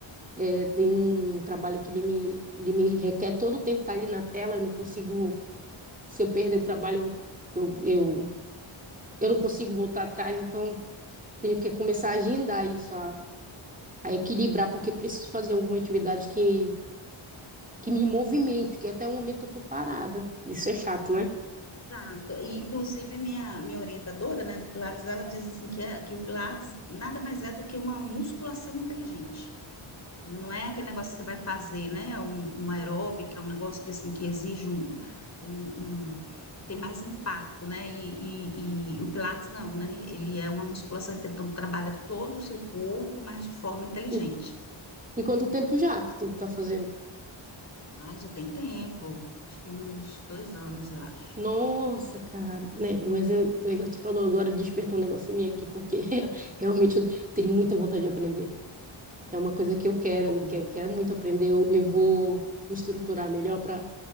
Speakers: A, on the right; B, on the left.
A: é, tem um trabalho que ele me, ele me requer todo o tempo estar ali na tela, eu não consigo, se eu perder o trabalho, eu, eu, eu, eu não consigo voltar atrás, então tenho que começar a agendar isso, a, a equilibrar, porque preciso fazer alguma atividade que que me movimente, que até o momento eu tô parada. Isso é chato, né?
B: Exato. E, inclusive, minha, minha orientadora, né, do Pilates, ela diz assim que, é- que o Pilates nada mais é do que uma musculação inteligente. Não não é aquele negócio que você vai fazer, né? Um, uma aeróbica, um negócio que assim que exige um, um, um- que tem mais impacto, né? E, e, e o Pilates não, né? Ele é uma musculação, inteligente, então trabalha todo o seu corpo, mas de forma inteligente.
A: E, e quanto tempo já que tu tá fazendo?
B: Mas já tem tempo, acho que uns dois anos, eu acho.
A: Nossa, cara, né? Mas eu, eu- tu falou agora, despertou um negócio em mim aqui, porque <laughs> realmente eu tenho muita vontade de aprender. É uma coisa que eu quero,
B: Bom.
A: eu que eu quero muito aprender. Eu, eu vou me estruturar melhor para